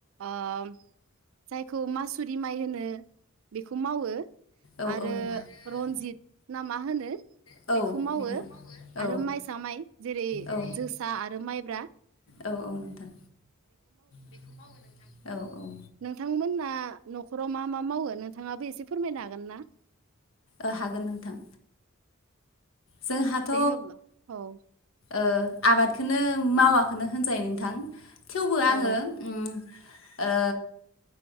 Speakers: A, on the right; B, on the left.
A: ओम। जायखौ मासुरि माइ होनो बेखौ मावो
B: औ
A: आरो
B: औ नोंथां
A: रनजित। ना मा होनो
B: औ
A: बेखौ मावो
B: नोंथां
A: आरो
B: औ
A: माइसा माइ जेरै
B: औ
A: जोसा आरो माइ। ब्रा
B: औ औ नोंथां बेखौ मावो नोंथां औ औ
A: नोंथांमोनना न'खराव मा मा मावो नोंथाङाबो एसे फोरमायनो हागोन ना।
B: ओ हागोन नोंथां। जोंहाथ'
A: दे होबब्ला औ
B: ओ आबादखौनो मावाखनो होनजायो नोंथां। थेवबो
A: औ
B: आङो उम ओ